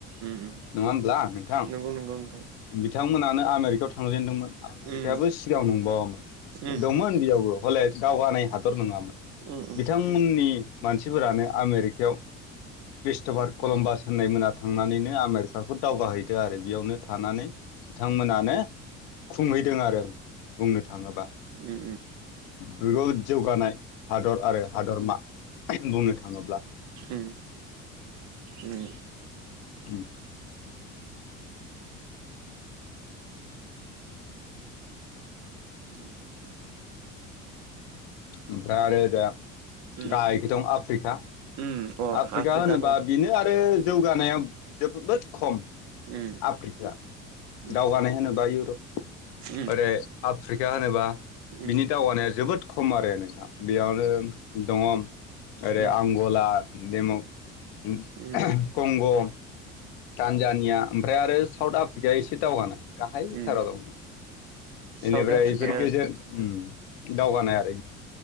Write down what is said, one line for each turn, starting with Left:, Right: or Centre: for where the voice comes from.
Right: उम
Left: नङा होमब्ला नोंथां
Right: नंगौ नंगौ नोंथां।
Left: बिथांमोनानो आमेरिकायाव थांजेनदोंमोन आमेरिकायाबो
Right: उम
Left: सिगां नंबावामोन
Right: उम
Left: दंमोन बेयावबो। हले दावगानाय हादर नोङामोन।
Right: उम उम
Left: बिथांमोननि मानसिफोरानो आमेरिकायाव क्रिस्ट'भार कलम्बास होननाय मोना थांनानैनो आमेरिकाखौ दावगाहैदो आरो बेयावनो थानानै बिथांमोनानो खुङै दों आरो बुंनो थाङोबा
Right: उम
Left: जोबोद जौगानाय हादर आरो हादरमा बुंनो थाङोब्ला
Right: उम उ
Left: उ
Right: उ
Left: ओमफ्राय आरो दा
Right: उम
Left: गाहायखै दं आफ्रिका।
Right: उम अ
Left: आफ्रिका होनोबा
Right: दं
Left: बेनो आरो जौगानाया जोबोद खम
Right: उम
Left: आफ्रिकाया।
Right: उम
Left: दावगानाय होनोबा इउरप
Right: उम
Left: ओरै आफ्रिका होनोबा
Right: उम
Left: बिनि दावगानाया जोबोद खम आरो नोंथां बेयावनो दङ' ओरै
Right: उम
Left: आंगला देमक
Right: उम
Left: कंग', तानजानिया ओमफ्राय आरो साउथ आफ्रिकाया एसे दावगानाय गाहायथाराव
Right: उम
Left: दं बेनिफ्राय
Right: साउथ आफ्रिकाया
Left: बेफोर गेजेर उम दावगानाय आरो